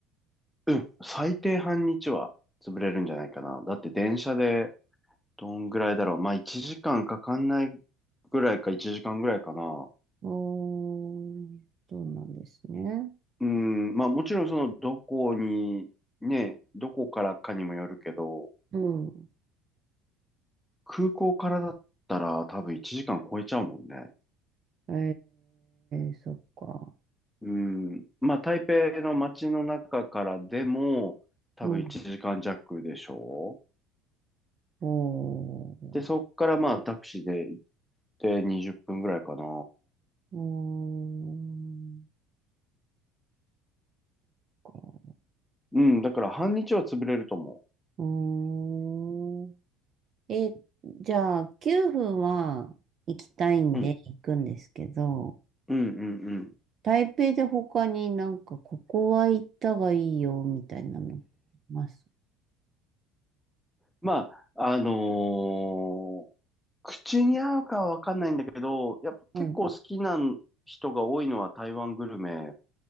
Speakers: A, in the centre; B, on the right (about 30°).
A: うん、最低半日は潰れるんじゃないかな。だって電車でどんぐらいだろう。まあ1時間かんかかんないぐらいか1時間ぐらいかな。
B: おー、そうなんですね。
A: うん、まあもちろんそのどこに、ね、どこからかにもよるけど、
B: うん。
A: 空港からだったら多分1時間超えちゃうもんね。
B: えー、そっか。
A: うん、まあ台北の街の中からでも多分1時間弱でしょう。
B: うん。おー、
A: で、そっからまあタクシーで行って20分ぐらいかな。
B: うーん、か。
A: うん、だから半日は潰れると思
B: うーん。え、じゃあ、9分は行きたいんで行くんですけど、
A: う。うん、うん、うん、うん。
B: 台北で他になんか、ここは行ったがいいよ、みたいなの、ます。
A: まあ、あのー口に合うかはわかんないんだけど、やっぱ結構好きな人が多いのは台湾グルメ好
B: はい。うん